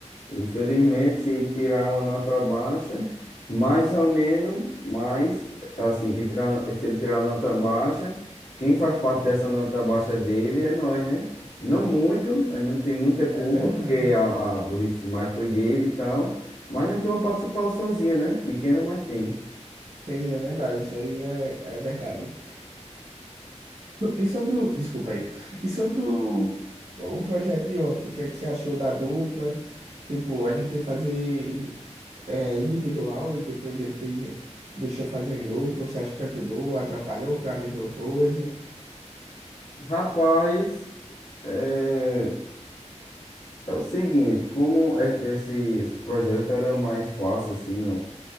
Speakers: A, on the left; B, on the right.
A: Infelizmente, se ele tirar uma nota baixa, mais ou menos, mas assim, que tirar, uma- se ele tirar uma nota baixa, quem faz parte dessa nota baixa dele é nós, né? Não muito, nós não tem muita culpa,
B: É verdade.
A: porque a, a burrice mais foi dele e tal, mas nós temos uma participaçãozinha, né? Pequena, mas tem.
B: Tem, é verdade, isso aí é, é verdade. E sobre o. Desculpa aí. E sobre o, o projeto de ontem, o que é que você achou da dupla? Tipo, a gente ia fazer é, individual e depois ele fez, deixou fazer em dupla. Você acha que ajudou, atrapalhou, foi a mesma coisa?
A: Rapaz, é, é o seguinte, como e- esse, esse projeto era mais fácil, assim,